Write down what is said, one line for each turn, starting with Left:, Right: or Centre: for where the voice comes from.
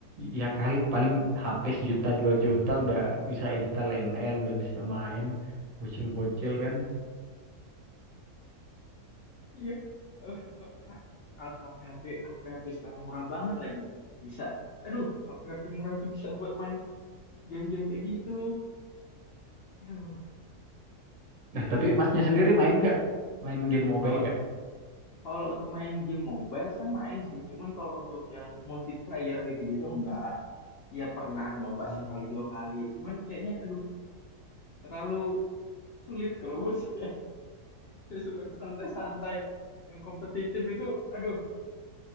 Right: ya kali paling HP sejuta dua juta udah bisa install ML, udah bisa main bocil-bocil kan.
Left: Iya. Eh, kok, ah, Sekarang HP-HP HP-HP sekarang murah banget lagi. Bisa. Aduh, HP-HP murah tuh bisa buat main game-game kayak gitu. Aduh.
Right: Nah, tapi
Left: <laughs>
Right: masnya
Left: mo-
Right: sendiri main gak? Main game mobile
Left: kalau
Right: gak?
Left: kalau main game mobile saya main sih. Cuman kalau untuk yang multiplayer gitu-gitu enggak. Ya pernah nyoba
Right: Hmm.
Left: sekali dua kali. Cuman kayaknya aduh terlalu sulit kalau buat saya. <laughs> Saya suka yang santai-santai. Yang kompetitif itu, aduh,